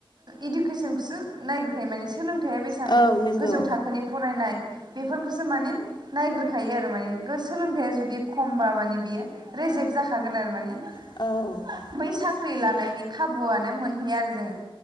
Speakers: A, on the right; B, on the left.
A: इडुकेसनखौसो नायग्रोखायो माने सोलों सोलोंथाया बेसेबां
B: औ नंगौ
A: गोजौ थाखोनि फरायनाय बेफोरखौसो माने नायग्रोखायो आरो माने सोलोंथाइा जुदि खमबा माने बियो रेजेक्ट जाखागोन आरो मान <unintelligible>
B: औ
A: बै साख्रि लानायनि खाबुआनो मोनहैयो आरो जोङो